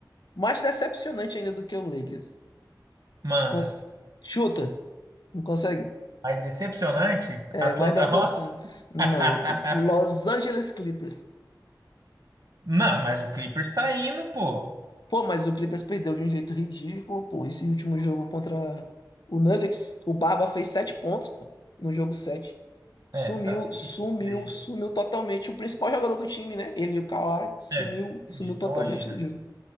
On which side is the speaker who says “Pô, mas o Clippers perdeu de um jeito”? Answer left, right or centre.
Left